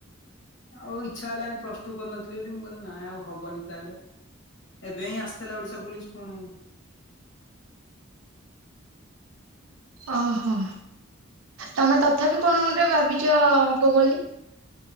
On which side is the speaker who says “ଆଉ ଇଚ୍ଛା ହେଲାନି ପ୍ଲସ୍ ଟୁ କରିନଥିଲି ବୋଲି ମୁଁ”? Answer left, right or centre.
Left